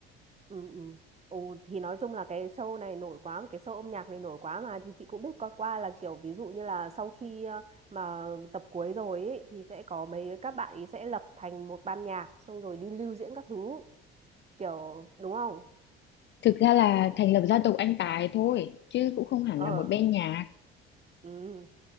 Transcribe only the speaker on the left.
Thực ra là thành lập gia tộc Anh Tài thôi chứ cũng không hẳn
là một bên nhạc.